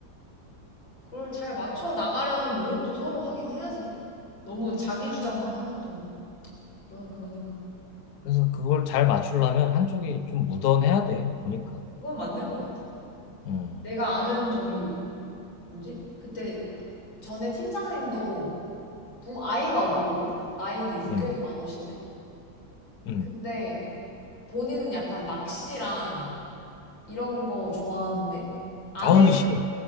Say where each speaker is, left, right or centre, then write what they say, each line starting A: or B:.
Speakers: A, on the left (about 90°); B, on the left (about 60°).
A: 그걸 잘 맞춰 나가려는 노력도 서로 하긴 해야지. 너무 자기 주장만 하면 또 그런 그러니까.
B: 그래서 그걸 잘 맞추려면 한쪽이 좀 무던해야 돼 보니까.
A: 그건 맞는 것 같아.
B: 음,
A: 내가 아는 저기 뭐지? 그때 전에 팀장님도 부 아이가 없거든. 나이는
B: 음,
A: 꽤 많으신데.
B: 음.
A: 근데 본인은 약간 낚시랑 이런 거 좋아하는데 아내
B: 아우 싫어.